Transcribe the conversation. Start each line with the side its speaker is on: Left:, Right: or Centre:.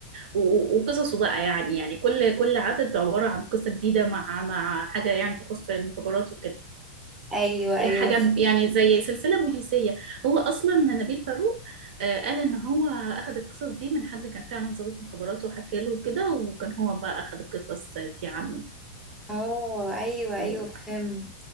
Right: و... وقصصه بقى يعني يعني كل كل عدد عبارة عن قصة جديدة مع مع حاجة يعني تخص المخابرات وكده
Centre: ايوه ايوه
Right: حاجة يعني زي سلسلة بوليسية هو أصلا نبيل فاروق آه، قال إن هو أخد القصص دي من حد كان فعلا ضابط مخابرات وحكى له كده وكان هو بقى أخد القصص دي عنه
Centre: اه ايوه
Right: و...
Centre: ايوه فهمت